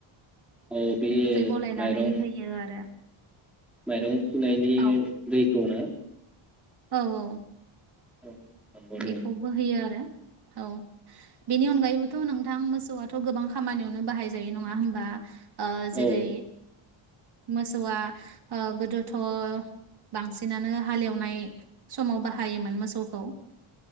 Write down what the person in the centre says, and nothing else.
औ बे
माइरं
माइरं सुनायनि
दैखौ ना?
औ नंगौ दे।
औ